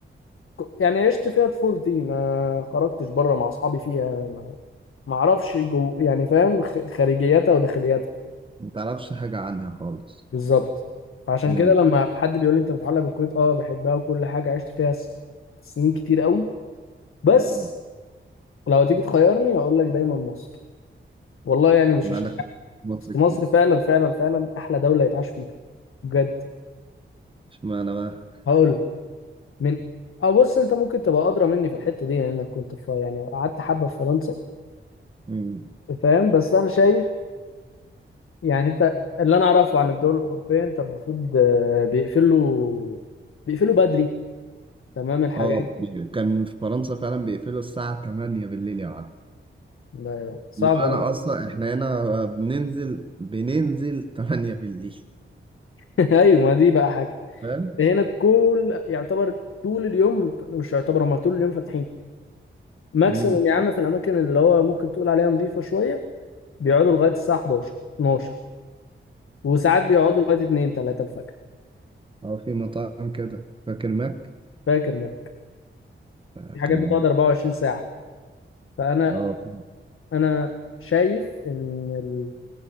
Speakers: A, on the left (about 80°); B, on the right (about 25°).
A: ك- يعني عشت فيها طفولتي ما خرجتش بره مع اصحابي فيها ما ما اعرفش جو... يعني فاهم خ... خارجياتها وداخلياتها
B: ما تعرفش حاجه عنها خالص
A: بالظبط فعشان
B: امم
A: كده لما حد بيقول لي انت متعلق بالكويت اه بحبها وكل حاجه عشت فيها س- سنين كتير قوي بس
B: أمم.
A: لو تيجي تخيرني هقول لك دايما مصر والله يعني مش
B: ما
A: عشان
B: عندك
A: حاجة،
B: مصر
A: بس
B: كتير
A: مصر فعلا فعلا فعلا احلى دوله يتعاش فيها بجد
B: اشمعنى بقى
A: هقول لك من اه بص انت ممكن تبقى ادرى مني في الحته دي لانك كنت في يعني قعدت حبه في فرنسا
B: امم
A: فاهم بس انا شايف يعني انت اللي انا اعرفه عن الدول الاوروبيه انت المفروض آه، بيقفلوا بيقفلوا بدري تمام الحاجات
B: اه كان في فرنسا فعلا بيقفلوا الساعه 8 بالليل يا عرب
A: ده صعب
B: اللي هو انا اصلا احنا هنا بننزل بننزل 8 بالليل
A: <laughs> ايوه ما دي بقى حاجه
B: فاهم
A: هنا كل يعتبر طول اليوم مش يعتبر هم طول اليوم فاتحين ماكسيموم
B: امم
A: يا عم في الاماكن اللي هو ممكن تقول عليها نظيفه شويه بيقعدوا لغايه الساعه 11 12 وساعات بيقعدوا لغايه 2 3 الفجر
B: اه في مطاعم كده فاكر ماك
A: فاكر منك
B: آه،
A: في حاجات
B: كان
A: بتقعد 24 ساعه فانا
B: اه في-
A: انا شايف ان ال-